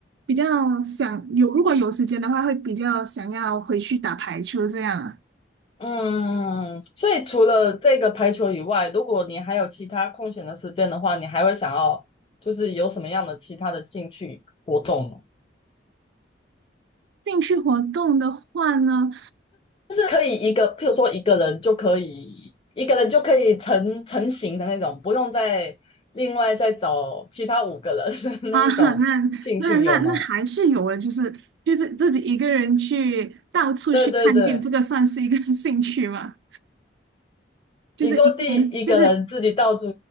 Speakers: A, on the right; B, on the left.
A: 比较想有，如果有时间的话，会比较想要回去打排球这样啊。
B: 嗯，所以除了这个排球以外，如果你还有其他空闲的时间的话，你还会想要就是有什么样的其他的兴趣活动呢？
A: 兴趣活动的话呢，
B: 就是可以一个，譬如说一个人就可以一个人就可以成成型的那种，不用再另外再找其他五个人的
A: 啊，
B: <laughs> 那一种兴趣有吗？
A: 那那那那还是有的，就是就是自己一个人去到处去看店，
B: 对对对，
A: 这个算是一个 <laughs> 兴趣吗？就是一个人，
B: 你说第一个人自己到处
A: 就是